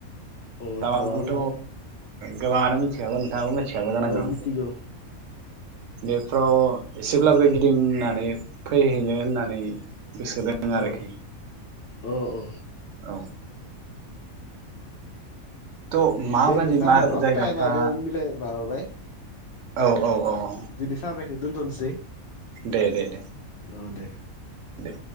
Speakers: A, on the left; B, on the right.
A: औ
B: टावांखौथ'
A: थाबां ओं
B: गोबाङानो मिथिखागौ नोंथाङाबो मि थिखानाय जानांगौ
A: औ मिथिगौ
B: बेफ्राव एसेब्लाबो गिदिंनानै फैहैनो होननानै गोसो दोङ
A: औ
B: आरोखि
A: औ औ।
B: औ। थ' माबादि
A: दे नोंथां
B: मा
A: होमब न'
B: जायगाफ्रा
A: टाइमाबो मिलाय माबाबाय
B: औ औ। औ
A: दिनै सावरायनायखौ दोनथ'नोसै
B: दे दे दे।
A: औ दे
B: दे।